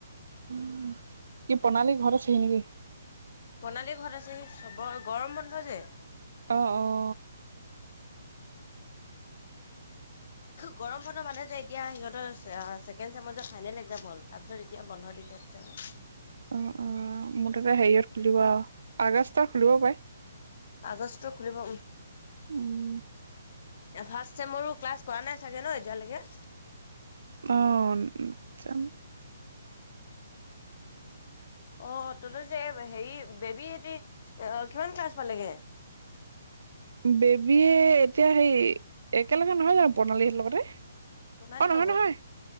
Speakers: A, on the right; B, on the left.
A: <inaudible> কি প্ৰণালী ঘৰত আছে হি নেকি?
B: প্ৰণালী ঘৰত আছেহি চবৰে গৰম বন্ধ যে।
A: অঁ-অঁ! <unintelligible>
B: গৰম বন্ধ মানে যে এতিয়া সিহঁতৰ ছেকেণ্ড চেমেৰ ফাইনেল একজাম হ'ল। তাৰপিছত এতিয়া বন্ধ দি থৈ দিছে ক।
A: উম-উম! মুঠতে হেৰিয়ত খুলিব আৰু আগষ্ট খুলিব পাৰে।
B: আগষ্টত খুলিব উম।
A: উম
B: ফাৰ্ষ্ট চেমৰো ক্লাছ কৰা নাই চাগে ন এতিয়ালৈকে?
A: অঁ! জানো <inaudible>
B: অঁ তহঁতৰ যে হেৰি বেবী সেতি অ কিমান ক্লাছ পালেগে?
A: বেবীয়ে এতিয়া সেই একেলগে নহয় জানো প্ৰণালীহঁতৰ লগতে?
B: প্ৰণালীৰ
A: অঁ নহয়-নহয়,
B: লগত